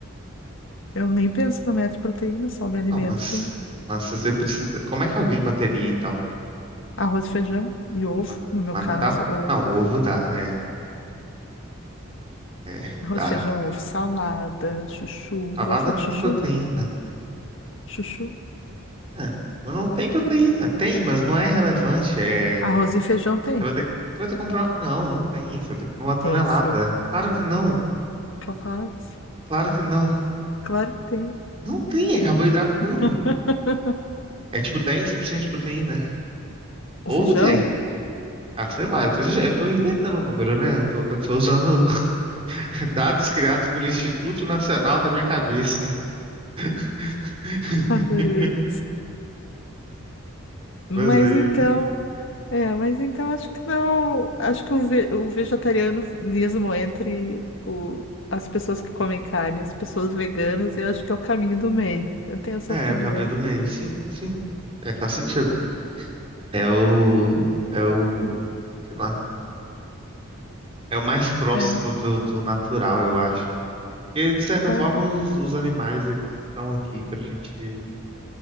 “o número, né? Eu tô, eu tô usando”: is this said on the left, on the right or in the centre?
Right